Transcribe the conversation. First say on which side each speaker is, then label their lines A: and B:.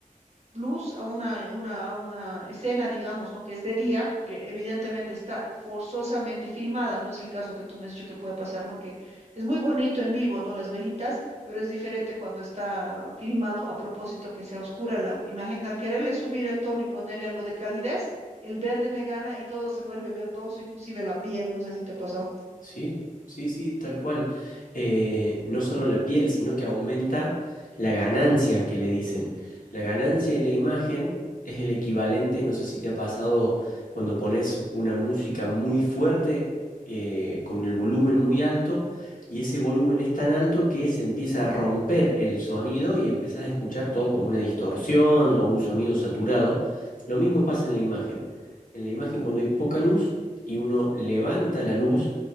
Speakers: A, on the right; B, on the left.
A: luz a una, eh, una, a una escena, digamos, ¿no? Que es de día, que evidentemente está forzosamente filmada, no es el caso que tú me has dicho que puede pasar, ¿no? Que es muy bonito en vivo, ¿no? Las velitas, pero es diferente cuando está filmado a propósito que sea oscura la imagen. Al quererle subir el tono y ponerle algo de calidez, el verde me gana y todo se vuelve verdoso, inclusive la piel, no sé si te pasó.
B: Sí, sí, sí, tal cual. Eh, no solo la piel, sino que aumenta la ganancia que le dicen. La ganancia en la imagen es el equivalente, no sé si te ha pasado cuando pones una música muy fuerte, eh, con el volumen muy alto, y ese volumen es tan alto que se empieza a romper el sonido y empezás a escuchar todo como una distorsión o un sonido saturado. Lo mismo pasa en la imagen. En la imagen cuando hay poca luz y uno levanta la luz,